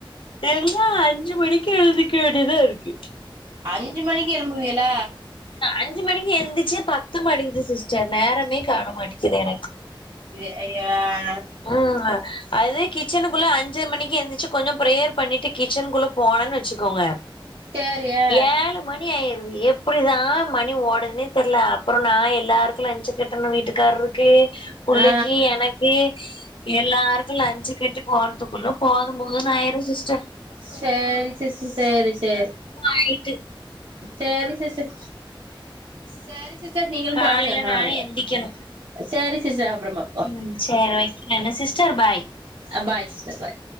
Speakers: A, on the left; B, on the right.
A: தெனோ அஞ்சு மணிக்கு எழுதிக்க வேண்டியதா இருக்கு
B: அஞ்சு மணிக்கு எழும்புவியல
A: அஞ்சு மணிக்கு எந்திச்சி பத்த மாட்டெக்குது சிஸ்டர் நேரமே காண மாட்டெக்குது எனக்கு
B: அய்யோ
A: ம் அதுதா கிச்சனுக்குள்ள அஞ்சு மணிக்கி எந்திச்சி கொஞ்சோ ப்ரேயர் பண்ணிட்டு கிச்சனுக்குள்ள போனன் வச்சிக்கோங்க
B: சேரி ஆ
A: ஏழு மணி ஆயிருது எப்படிதா மணி ஓடதுனே தெரியல அப்ரோ நா எல்லாருக்கு லன்ச்சுக்கு எங்க வீட்டுக்காரருக்கு புள்ளைக்கு
B: ஆ
A: எனக்கு எல்லாருக்கு லஞ்சு கட்டி போறதுக்குள்ள போது போதுன்னு ஆயிரு சிஸ்டர்
B: சேரி சிஸ்டர் சேரி சேரி
A: ஆய்ட்டு
B: சேரி சிஸ்டர் சேரி சிஸ்டர் நீங்களும்
A: காலைல
B: படுங்க அ
A: நானு எந்திக்கணு
B: சேரி சிஸ்டர் அப்ரமா
A: ம் சரி வைக்கற என்ன சிஸ்டர் பாய்
B: ஆ பாய் சிஸ்டர் பாய்